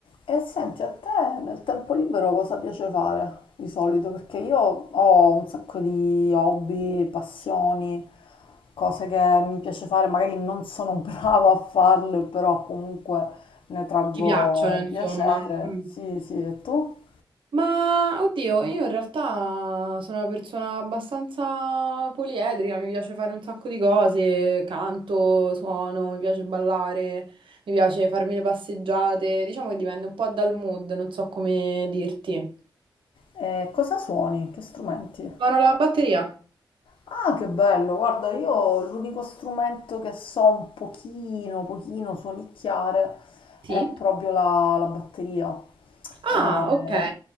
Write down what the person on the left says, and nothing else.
E senti, a te nel tempo libero cosa piace fare di solito? Perché io ho un sacco di hobby, passioni, cose che mi piace fare, magari non sono <laughs> brava a farle, però comunque ne traggo
piacere.
Sì, sì, e tu?
E cosa suoni? Che strumenti?
Ah, che bello, guarda, io l'unico strumento che so un pochino, pochino suonicchiare
è proprio la, la batteria.
Eh,